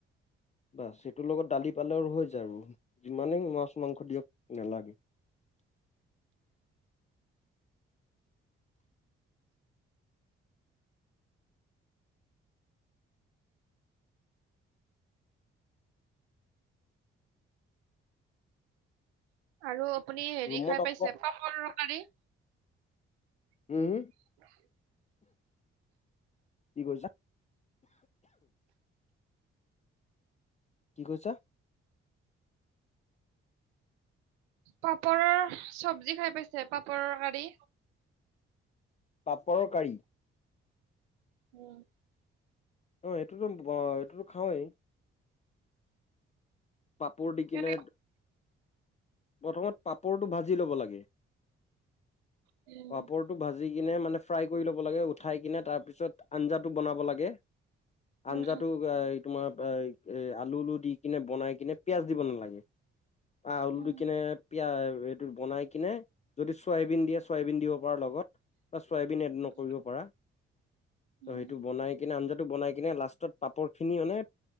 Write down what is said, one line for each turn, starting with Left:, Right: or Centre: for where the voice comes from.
Left: বা সেইটোৰ লগত দালি পালেও হৈ যায় আৰু যিমানেই মাছ মাংস দিয়ক নালাগে।
Right: আৰু আপুনি হেৰি
Left: ৰুমত
Right: খাই
Left: অক
Right: পাইছে পাপল তৰকাৰি? <inaudible>
Left: উম কি কৰিছা? কি ক'ছ?
Right: পাপৰৰ চব্জি খাই পাইছে পাপৰৰ গ়ী।
Left: পাপৰৰ কাৰী?
Right: <inaudible>
Left: অ' এইটোতো এইটোতো খাওঁেই। পাপোৰ দি
Right: কেনে
Left: কিনে প্ৰথমত পাপৰটো ভাজি ল'ব লাগে।
Right: উম
Left: পাপৰটো ভাজি কিনে মানে ফ্ৰাই কৰি ল'ব লাগে উঠাই কিনে তাৰ পিছত আঞ্জাটো বনাব লাগে। আঞ্জাটো
Right: উম
Left: এ তোমাৰ এ এ আলু আলু দি কিনে বনাই কিনে পিয়াজ দিব নালাগে, আ আলু
Right: উম উম
Left: দি কিনে পিয়াজ বনাই কিনে, যদি চয়াবিন দিয়ে চয়াবিন দিব পাৰা লগত, বা চয়াবিন এড
Right: উম
Left: নকৰিব পাৰা। ত
Right: উম
Left: সেইটো বনাই কিনে আঞ্জাটো বনাই কিনে লাষ্ট লষ্টত পাপৰ খিনি মানে